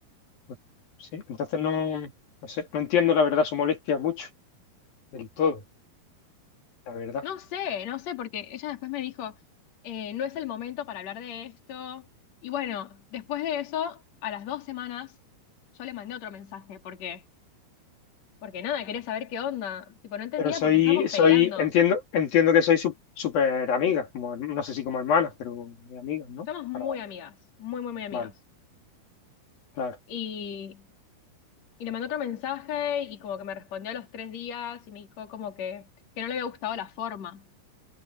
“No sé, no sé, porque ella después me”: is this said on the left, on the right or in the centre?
Left